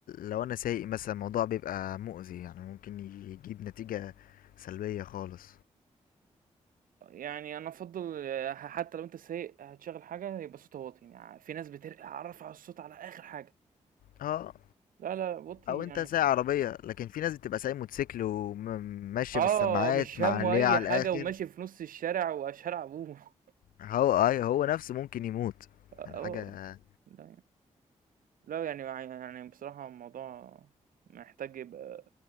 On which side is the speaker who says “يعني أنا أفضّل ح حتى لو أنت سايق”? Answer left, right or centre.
Right